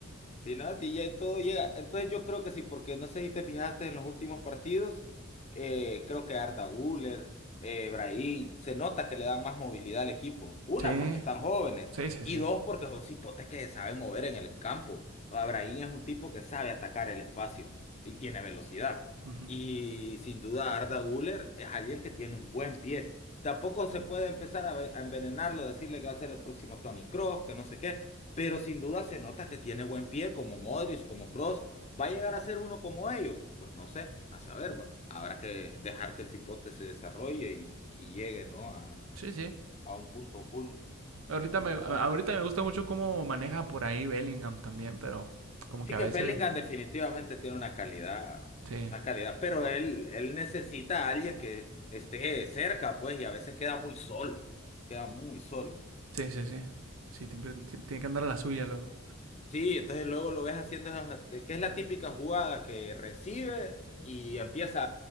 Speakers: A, on the left; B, on the right.
A: Sí, no, y ya todo llega. Entonces yo creo que sí, porque no sé si te fijaste en los últimos partidos, eh, creo que Arda Güler, eh, Brahim, se nota que le dan más movilidad al equipo. Una,
B: Sí,
A: porque están jóvenes,
B: sí, sí,
A: y
B: sí.
A: dos, porque son cipotes que se saben mover en el campo. O sea, Brahim es un tipo que sabe atacar el espacio y tiene velocidad.
B: Ujú.
A: Y sin duda Arda Güler es alguien que tiene un buen pie. Tampoco se puede empezar a, ve- a envenenarlo, decirle que va a ser el próximo Tony Cross, que no sé qué pero sin duda se nota que tiene buen pie, como Modric, como Cross ¿Va a llegar a ser uno como ellos? Pues no sé, a saber, va. Habrá que dejar que el cipote se desarrolle y, y llegue, ¿no? A,
B: Sí, sí.
A: a un punto cool en
B: Ahorita
A: su
B: me, a-
A: carrera.
B: ahorita me gusta mucho cómo maneja por ahí Bellingham también, pero como
A: Sí
B: que a
A: que
B: veces.
A: Bellingham definitivamente tiene una calidad,
B: Sí,
A: una calidad, pero él, él necesita a alguien que esté cerca, pues, y a veces queda muy solo, queda muy solo.
B: sí, sí, sí. Sí, siempre- sí, tiene que andar a la suya luego.
A: Sí, entonces luego lo ves haciendo esas- de- que es la típica jugada que recibe y empieza